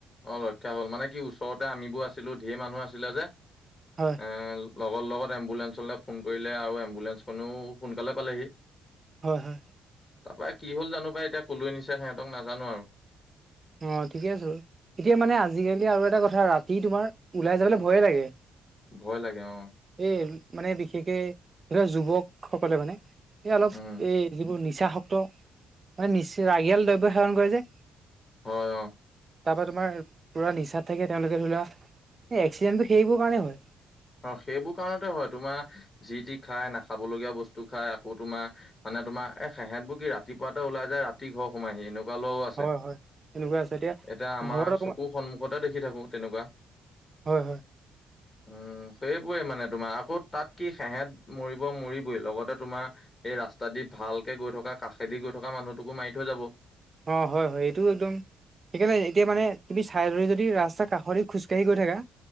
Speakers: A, on the left; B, on the right.
A: অ ৰক্ষা হ'ল মানে কি ওচৰতে আমিবোৰ আছিলো ধেৰ মানুহ আছিলে যে এ,
B: হয়
A: লগৰ লগত এম্বুলেঞ্চলৈ ফোন কৰিলে আৰু এম্বুলেঞ্চখনো সোনকালে পালেহি।
B: হয় হয়
A: তাৰপৰা কি হল জানো বা এতিয়া কলৈ নিছো সিহঁতক নাজানো আৰু
B: অ ঠিকে আছো বাৰু এতিয়া মানে আজিকালি আৰু এটা কথা ৰাতি তোমাৰ ওলাই যাবলৈ ভয়ে লাগে।
A: ভয় লাগে অ,
B: এই মানে বিশেষকে ধৰা যুৱক সকলে মানে, এই অলপ,
A: উম
B: এই যিবোৰ নিচা শক্ত মানে নিচ ৰাগিয়াল দ্ৰব্য সেৱন কৰে যে।
A: হয় অ,
B: তাৰ পৰা তোমাৰ পুৰা নিচাত থাকে তেওঁলোকে ধৰি লোৱা এক্সিডেণ্টটো সেইবোৰ কাৰণে হয়।
A: অ সেইবোৰ কাৰণতে হয় তোমাৰ যি তি খাই নাখাবলগীয়া বস্তু খাই আকৌ তোমাৰ। মানে তোমাৰ সেহঁত বোৰ কি ৰাতিপুৱাতে ওলাই যায় ৰাতি ঘৰ সোমাই‌ এনেকুৱা। লৰাও আছে
B: হয় হয় এনেকুৱা আছে
A: এতিয়া আমাৰ
B: ঘৰত অকমান
A: চকু সন্মুখতে দেখি থাকো তেনেকুৱা।
B: হয় হয়।
A: উম সেইবোৰে মানে তোমাৰ আকৌ তাত কি সেহেত, মৰিব মৰিবই লগতে তোমাৰ এই ৰাস্ত দি ভালকে গৈ থকা কাষেদি গৈ থকা মানুহটোকো মাৰি থৈ যাব।
B: অ হয় হয় এইটোও একদম, সেইকাৰণে, এতিয়া মানে তুমি চাইড হয় যদি ৰাস্তাৰ কাষেদি খোজকাঢ়ি গৈ থাকা।